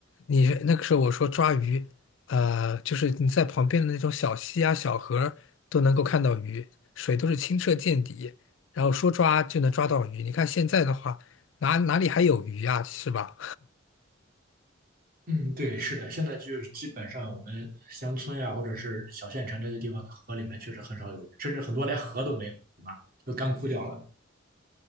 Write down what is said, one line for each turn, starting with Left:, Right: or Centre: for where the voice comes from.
Left: 你那个时候我说抓鱼，呃，就是你在旁边的那种小溪啊、小河儿都能够看到鱼，水都是清澈见底，然后说抓就能抓到鱼。你看现在的话，哪哪里还有鱼啊，是吧？
Right: 嗯，对，是的，现在就是基本上我们乡村呀，或者是小县城这些地方的河里面，确实很少有，甚至很多连河都没有，对吧？都干枯掉了。